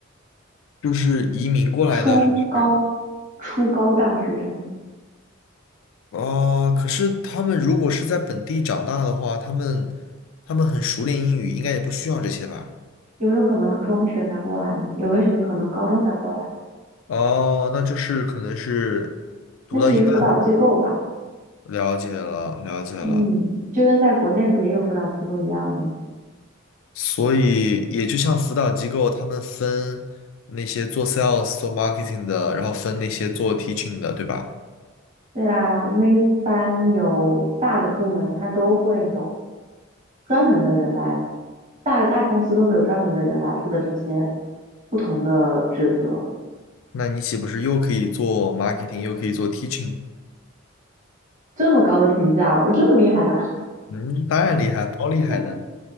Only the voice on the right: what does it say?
初高
初高大学生，
有没有可能中学才过来呢？有没有可能高中才过来呢？
类似于辅导机构吧。
嗯，就跟在国内不也有辅导机构一样吗？
对啊，因为一般有大的部门，它都会有专门的人来，大的大公司都会有专门的人来负责这些不同的职责。
这么高的评价，我这么厉害的啊，
<laughs>